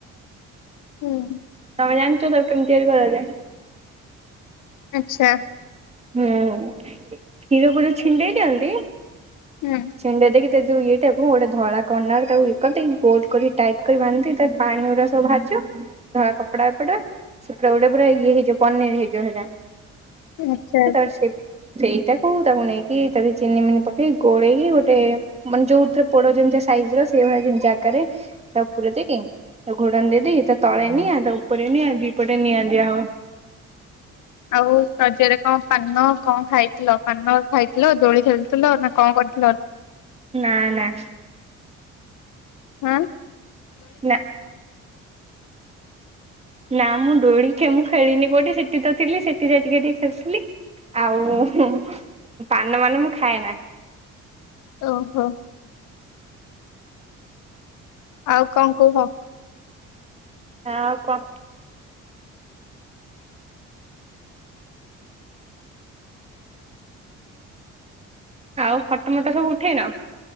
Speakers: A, on the left; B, on the right.
A: ହୁଁ।
B: ତମେ ଜାଣିଚ ତାକୁ କେମିତି ତିଆରି କରାଯାଏ।
A: ଆଚ୍ଛା।
B: ହୁଁ କ୍ଷୀରକୁ ଯୋଉ ଛିଣ୍ଡେଇ ଦିଅନ୍ତି
A: ହୁଁ
B: ଛିଣ୍ଡେ ଦେଇ କି ସେ ଯୋଉ ଇଏ ଟାକୁ ଗୋଟେ ଧଳା କନାରେ ତାକୁ ଇଏ କରିଦେଇକି ଗୋଲ କରି ଟାଇଟ୍ କରିକି ବାନ୍ଧିଦେଇ ତା ପାଣି ଗୁଡା ସବୁ ବାହାରି ଯିବ ଧଳା କପଡା ଏପଟେ ସେ ପୁରା ଗୋଟେ ପୁରା ଇଏ ହେଇଯିବ ପନିର ହେଇଯିବ ସେଟା।
A: ଆଛା।
B: ସେପ୍ ସେଇଟାକୁ ତାକୁ ନେଇକି ତା ଦେହେରେ ଚିନି ମିନି ପକେଇ ଗୋଳେଇକି ଗୋଟେ ମାନେ ଯୋଉଥିରେ ପୋଡ ଯେମିତି ସାଇଜର ସେହି ଭଳିଆ କିନି ଜାଗାରେ ତାକୁ ପୁରେଇ ଦେଇକି ତାକୁ ଘୋଡଣି ଦେଇ ଦେଇକି ତା ତଳେ ନିଆଁ ତା ଉପରେ ନିଆଁ ଦି ପଟେ ନିଆଁ ଦିଆହବ।
A: ଆଉ ରଜରେ କଣ ପାନ କଣ ଖାଇଥିଲ ପାନ ଖାଇଥିଲ ଦୋଳି ଖେଲିଥିଲ ନା କଣ କରିଥି
B: ନା ନା।
A: ହୁଁ।
B: ନା। ନା ମୁଁ ଡୋଳିି ଖେ ମୁଁ ଖେଳନି କୋଠି ସେଠି ତ ଥିଲି ସେଠି ଜା ଟିକେ ଟିକେ ଖେଳୁଥିଲି ଆଉ ହୁଁ ପାନ ମାନ ମୁଁ ଖାଏ ନା।
A: ଓ ହୋ। ଆଉ କଁ କୁହ।
B: ଆଉ କଣ। ଆଉ ଫଟ ମଟ ସବୁ ଉଠେଇନ?